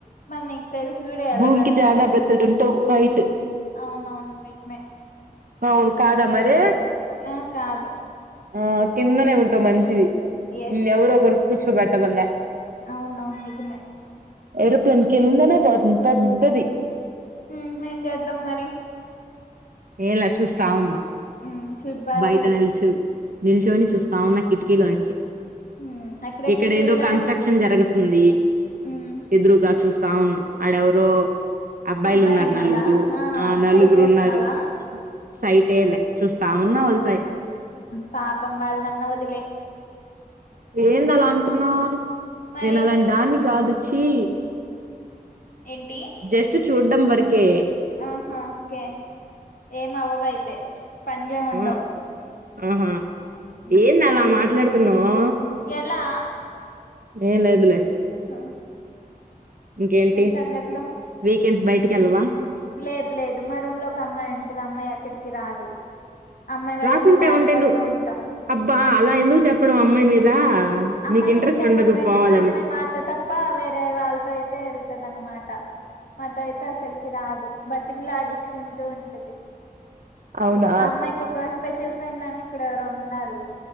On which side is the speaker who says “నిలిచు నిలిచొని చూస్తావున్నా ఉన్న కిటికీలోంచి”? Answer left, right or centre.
Right